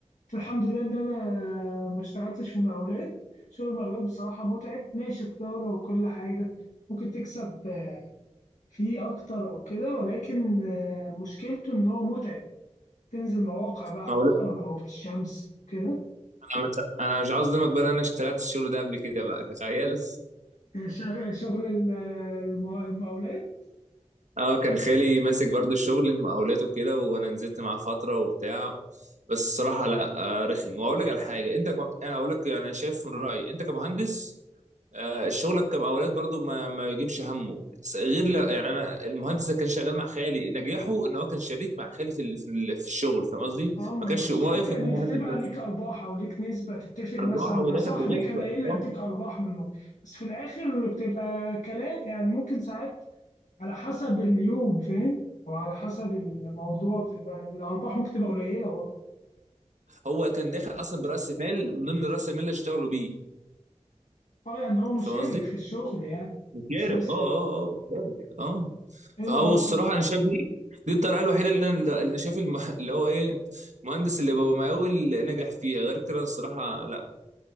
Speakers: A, on the left; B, on the right.
A: الحمد لله ان انا ما اشتغلتش في المقاولات شغل المقاولات بصراحه متعب ماشي تجاره وكل حاجه ممكن تكسب آه، فيه اكتر او كده ولكن آه، مشكلته ان هو متعب تنزل مواقع بقى
B: ما اقول
A: اكتر او في الشمس او كده
B: انا مش انا مش عاوز اظلمك بقى لأن انا اشتغلت الشغل ده قبل كده بقى تخيل <laughs>
A: آه، شغل شغل ال- الم- المقاولات
B: اه كان خالي ماسك برضو الشغل مقاولاته كده وانا نزلت معاه فتره وبتاع بس الصراحه لا آه، رخم واقول لك على حاجه انت ك... انا اقول لك يعني انا شايف من رايي انت كمهندس آه، شغلك كمقاولات برضو ما ما يجيبش همه س- غير ل... يعني انا المهندس اللي كان شغال مع خالي نجاحه ان هو كان شريك مع خالي في ال... في ال- في الشغل فاهم قصدي؟
A: اه ما
B: ما
A: هو
B: كانش
A: الشركه
B: واقف ان
A: ان
B: هو
A: انت
B: مهندس
A: تبقى
B: بس
A: ليك ارباح او ليك نسبه تتفق مثلا
B: ارباح
A: مع
B: هو داخل
A: صاحبي
B: بنسبه
A: كان قايل لي
B: اه
A: اديك ارباح من الموضوع بس في الاخر بتبقى كلام يعني ممكن ساعات على حسب اليوم فاهم وعلى حسب الموضوع بتبقى الأرباح ممكن تبقى قليلة برضه
B: هو كان داخل اصلا براس مال من ضمن راس المال اللي اشتغلوا بيه
A: اه يعني هو مشارك
B: فاهم قصدي؟
A: في الشغل يعني
B: مشارف
A: أساسي
B: اه اه اه مشارف اه
A: حلو
B: فهو
A: أوي
B: الصراحه انا شايف دي دي الطريقه الوحيده اللي انا اللي شايف الم... اللي هو ايه المهندس اللي بابا مقاول نجح فيها غير كده الصراحه لا